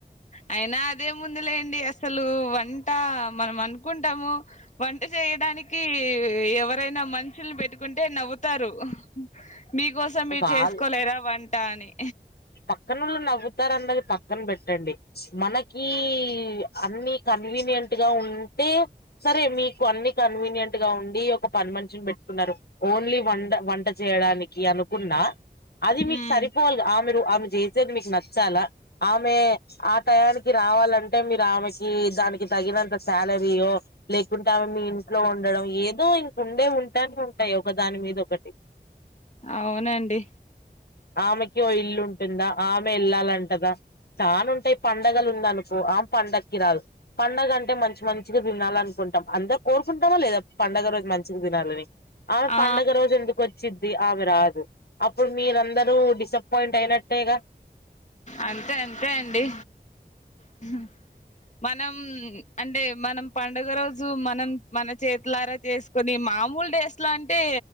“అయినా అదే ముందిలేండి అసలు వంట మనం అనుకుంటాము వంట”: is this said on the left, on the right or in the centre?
Left